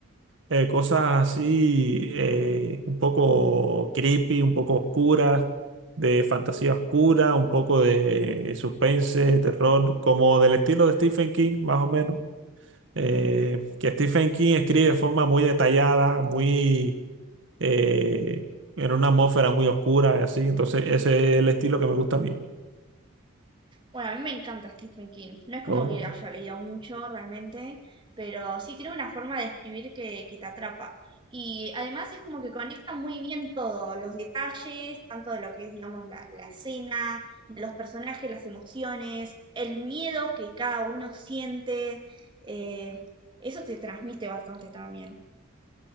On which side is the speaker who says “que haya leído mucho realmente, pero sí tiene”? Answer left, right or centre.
Right